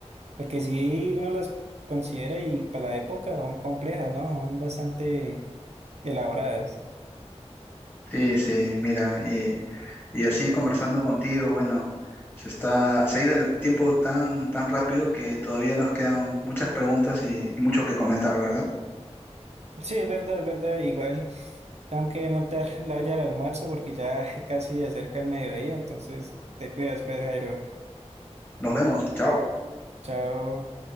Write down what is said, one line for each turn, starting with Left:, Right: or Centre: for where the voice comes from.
Right: porque si uno las considera y para la época son complejas, ¿no? Son bastante elaboradas.
Left: Sí, sí, mira, y, y así conversando contigo, bueno, se está, se ha ido el tiempo tan, tan rápido que todavía nos quedan muchas preguntas y, y mucho que comentar, ¿verdad?
Right: Sí, es verdad, es verdad, igual tengo que montar <laughs> la olla del almuerzo porque ya <laughs> casi acerca el mediodía, entonces te cuidas, pues, Jairo.
Left: Nos vemos, chao.
Right: Chao.